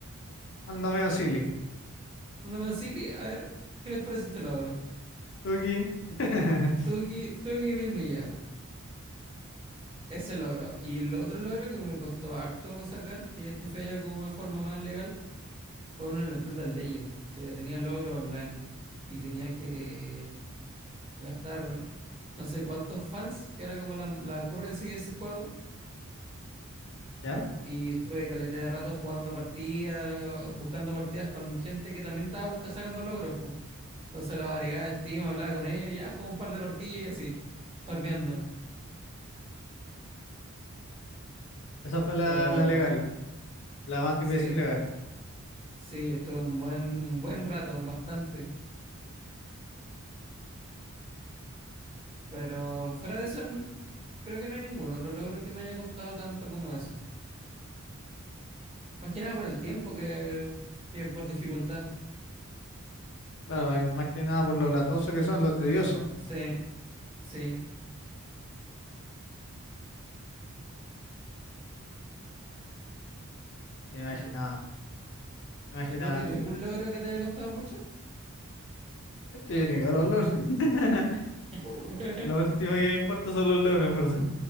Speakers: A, on the left (about 55°); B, on the right (about 25°).
A: Ando medio silly.
B: Ando me auxili, a ver, ¿qué les parece este logro?
A: Tuki. <laughs>
B: Tuve que mil millas, ese logro. Y el otro logro que me costó harto sacar, que este fue ya como una forma más legal, fue uno en el Brutal Legend, que tenía logro online y tenía que gastar no sé cuántos fans, que era como la, la currency de ese juego.
A: ¿Ya?
B: Y estuve caleta de rato jugando partidas, buscando partidas con gente que también estaba busca- sacando logros, po. Entonces los agregaba a Steam, hablaba con ellos, ya jugué un par de partidas y así, farmeando.
A: Esa fue la,
B: Pero
A: la legal, la más difícil
B: sí,
A: legal.
B: sí, estuvo un buen, un buen rato, bastante. Pero fuera de eso, n- creo que no hay ningún otro logro que me haya costado tanto como eso. Más que nada por el tiempo que, que por dificultad.
A: Claro, al- más que nada por lo latosos que son, los tediosos.
B: Sí, sí.
A: Sí, imaginaba, imaginaba
B: ¿Y tú tenías
A: eso.
B: algún logro que te haya costado mucho?
A: Es que yo ni veo los logros. <laughs>
B: <laughs>
A: Lo último que me importa son los logros, en verdad,